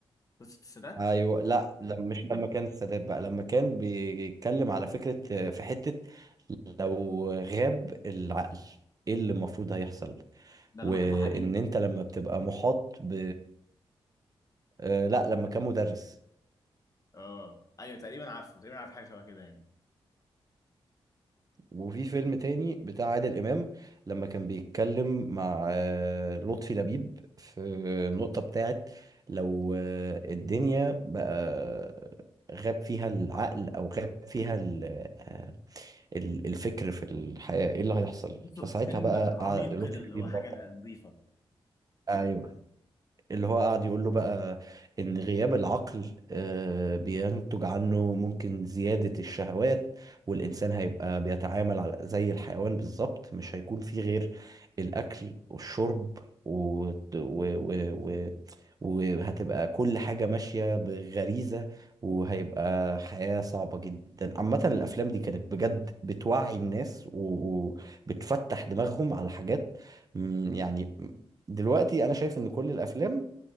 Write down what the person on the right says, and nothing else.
ايوه لا لما مش لما كان السادات بقى لما كان بيتكلم على فكره آه، في حته لو غاب العقل ايه اللي المفروض هيحصل
وان
انت لما بتبقى محاط ب... آه، لا لما كان مدرس
وفي فيلم تاني بتاع عادل امام لما كان بيتكلم مع آه، لطفي لبيب في النقطه بتاعت لو آه، الدنيا بقى غاب فيها العقل او غاب فيها ال... آه، ال- الفكر في الحياة ايه اللي هيحصل
فساعتها
بقى
أع- لطفي
لبيب
بقى
ايوه اللي هو قاعد يقول له بقى ان غياب العقل آه، بينتج عنه ممكن زيادة الشهوات والانسان هيبقى بيتعامل على زي الحيوان بالظبط مش هيكون فيه غير الاكل والشرب و... و... و... و... وهتبقى كل حاجة ماشية بغريزة وهيبقى حياة صعبة جدا عامة الأفلام دي كانت بجد بتوعي الناس و- وبتفتح دماغهم على حاجات مم، يعني دلوقتي انا شايف ان كل الافلام